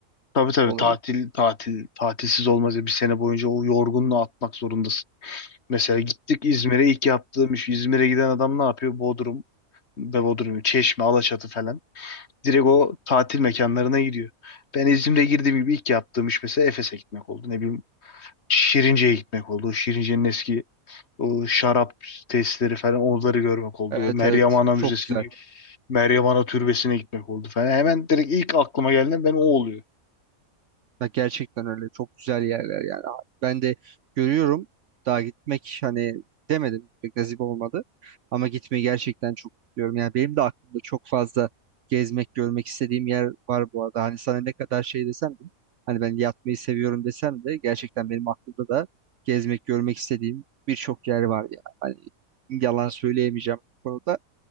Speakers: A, on the left; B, on the right.
A: tabii tabii
B: olayı.
A: tatil tatil tatilsiz olmaz ya bir sene boyunca o yorgunluğu atmak zorundasın. Mesela gittik İzmir'e ilk yaptığım iş İzmir'e giden adam ne yapıyor? Bodrum ve Bodrum, Çeşme, Alaçatı falan. Direkt o tatil mekanlarına gidiyor. Ben İzmir'e girdiğim gibi ilk yaptığım iş mesela Efes'e gitmek oldu. Ne bileyim Şirince'ye gitmek oldu. O Şirince'nin eski o şarap tesisleri falan onları görmek oldu.
B: Evet
A: Meryem
B: evet
A: Ana
B: çok
A: Müzesi'ni,
B: güzel.
A: Meryem Ana Türbesi'ne gitmek oldu falan. Hemen direkt ilk aklıma gelen ben o oluyor.
B: Ya gerçekten öyle çok güzel yerler yani. Ben de görüyorum daha gitmek hani demedim pek nasip olmadı ama gitmeyi gerçekten çok istiyorum. Yani benim de aklımda çok fazla gezmek görmek istediğim yer var bu arada. Hani sana ne kadar şey desem de hani ben yatmayı seviyorum desem de gerçekten benim aklımda da gezmek görmek istediğim birçok yer var ya. Hani yalan söyleyemeyeceğim bu konuda.